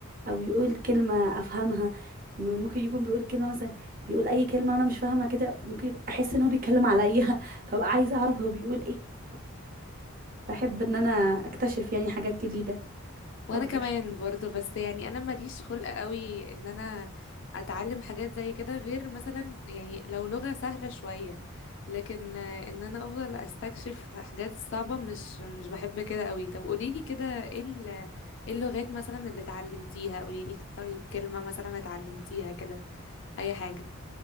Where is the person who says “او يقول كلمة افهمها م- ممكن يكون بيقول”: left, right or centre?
Right